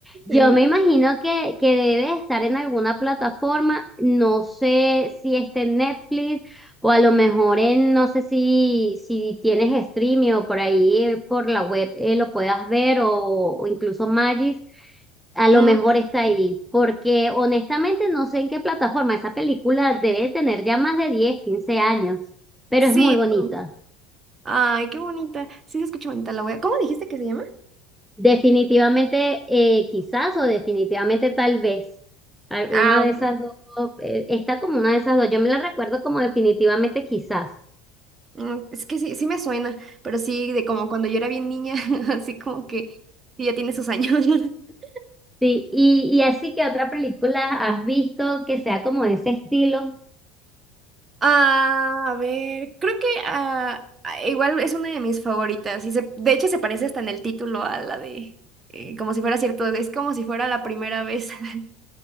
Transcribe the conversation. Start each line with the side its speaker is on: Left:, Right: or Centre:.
Centre: Yo
Right: Sí.
Centre: me imagino que, que debe estar en alguna plataforma, no sé si está en Netflix o a lo mejor en, no sé si, si tienes streaming o por ahí eh, por la web eh, lo puedas ver o, o incluso Magis, a lo
Right: Mm,
Centre: mejor está ahí, porque honestamente no sé en qué plataforma, esa película debe tener ya más de 10 15 años, pero
Right: sí.
Centre: es muy bonita.
Right: no. Ay, qué bonita. Sí, se escucha bonita. La voy a... ¿Cómo dijiste que se llama?
Centre: Definitivamente, eh, quizás o definitivamente tal vez. Al-
Right: Ah,
Centre: Una de
Right: ok.
Centre: esas dos, eh, está como una de esas dos. Yo me la recuerdo como definitivamente quizás.
Right: Mm, Es que sí, sí me suena, pero sí, de como cuando yo era bien niña, <laughs> así como que sí, ya tiene sus años. <laughs>
Centre: Sí, y, y así que otra película has visto que sea como de ese estilo.
Right: Ah, a ver, creo que ah, ah, igual es una de mis favoritas. Y se, de hecho se parece hasta en el título a la de eh, como si fuera cierto, es como si fuera la primera vez. <laughs>